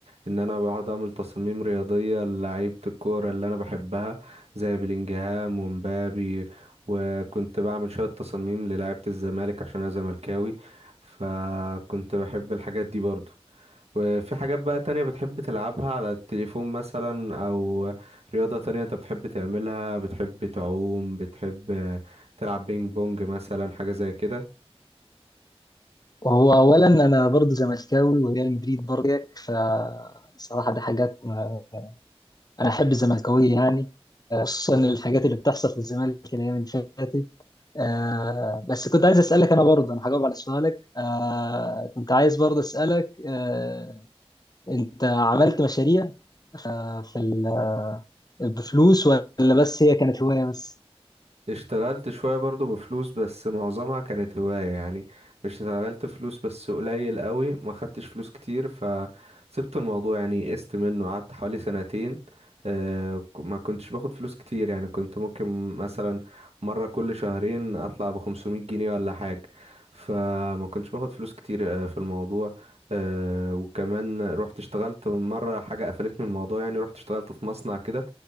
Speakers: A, on the right; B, on the left.
A: ان انا بقعد اعمل تصاميم رياضيه للعيبه الكوره اللي انا بحبها زي بلينجهام ومبابي وكنت بعمل شويه تصاميم للعيبه الزمالك عشان انا زملكاوي فكنت بحب الحاجات دي برضو وفي حاجات بقى تانية بتحب تلعبها على التليفون مثلا أو رياضة تانية أنت بتحب تعملها بتحب تعوم بتحب تلعب بينج بونج مثلا حاجة زي كده
B: وهو اولا انا برضو زملكاوي وريال مدريد برضو زيك، فصراحه دي حاجات آه، انا احب الزملكاويه يعني آه، خصوصا الحاجات اللي بتحصل في الزمالك الايام اللي فاتت آه بس كنت عايز اسالك انا برضه انا هجاوب على سؤالك آه كنت عايز برضه اسالك آه انت عملت مشاريع آه في ال- بفلوس ولا بس هي كانت هوايه بس
A: اشتغلت شوية برضو بفلوس بس معظمها كانت هواية يعني مش اشتغلت فلوس بس قليل قوي ما خدتش فلوس كتير فسبت الموضوع يعني قست منه قعدت حوالي سنتين آه، ك- ما كنتش باخد فلوس كتير يعني كنت ممكن مثلا مرة كل شهرين اطلع بخمسمية جنيه ولا حاجة فما كنتش باخد فلوس كتير آه، في الموضوع آه، وكمان رحت اشتغلت مرة حاجة قفلتني من الموضوع يعني رحت اشتغلت في مصنع كده